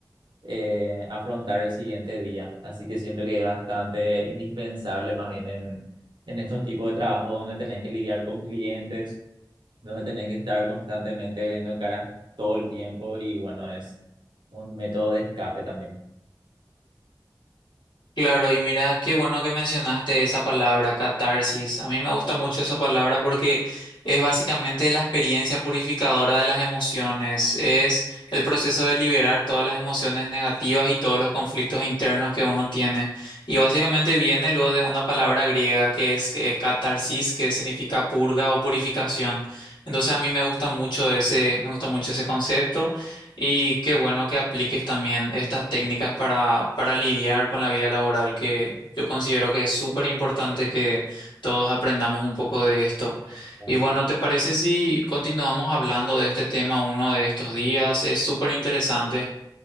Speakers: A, on the right; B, on the left.
A: eh, afrontar el siguiente día. Así que siento que es bastante indispensable más bien en, en estos tipos de trabajo donde tenés que lidiar con clientes, donde tenés que estar constantemente viendo caras todo el tiempo y bueno, es un método de escape también.
B: Claro, y mira, qué bueno que mencionaste esa palabra, catarsis. A mí me gusta mucho esa palabra porque es básicamente la experiencia purificadora de las emociones. Es el proceso de liberar todas las emociones negativas y todos los conflictos internos que uno tiene. Y básicamente viene luego de una palabra griega que es eh, catarsis, que significa purga o purificación. Entonces a mí me gusta mucho ese, me gusta mucho ese concepto. Y qué bueno que apliques también estas técnicas para, para lidiar con la vida laboral, que yo considero que es súper importante que todos aprendamos un poco de esto.
A: Claro.
B: Y bueno, ¿te parece si continuamos hablando de este tema uno de estos días? Es súper interesante.